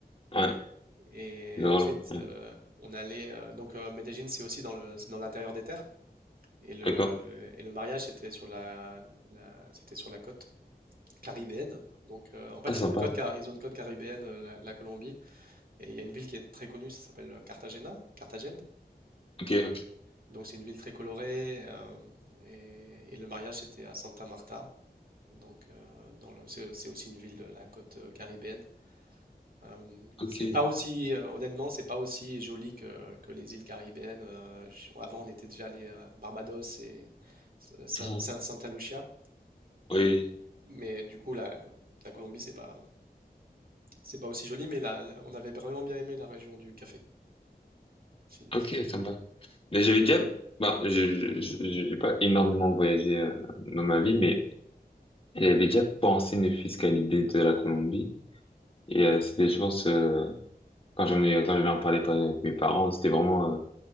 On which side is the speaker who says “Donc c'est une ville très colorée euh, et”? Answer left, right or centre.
Right